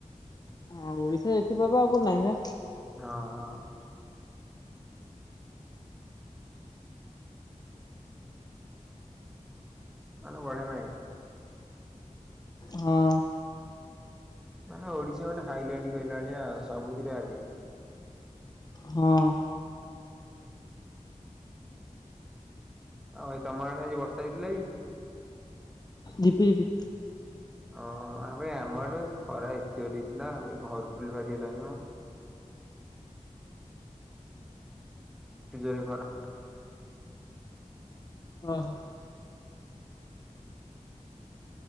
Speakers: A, on the left; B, in the centre.
A: ହଁ ଓଡିଶା ଏତତିପ ଆଉ ନାହିଁ ବା
B: ହଁ ହଁ ମାନେ ବଢେ ନାହିଁ
A: ହଁ
B: ମାନେ ଓଡିଶା ଗୋଟେ ହାଇଲାଇଟ କହିଲାଳିଆ ଆଉ ସବୁଥିରେ ଆଗେ।
A: ହଁ
B: ଆଉ ତମ ଆଡେ ଆଜି ବର୍ଷା ହେଇଥିଲା ଏ କି?
A: ଝିପିରି ଝିପ
B: ଓହୋ ଆବେ ଆମ ଆଡେ ଆଜି ଖରା ଏତେ ହେଇଥିଲା ଭ ଘର ଟିଏ ବାହାରି ହେଲାନି ଆଉ। ତିଯୋରେ ଖରା
A: ଓ ହୋ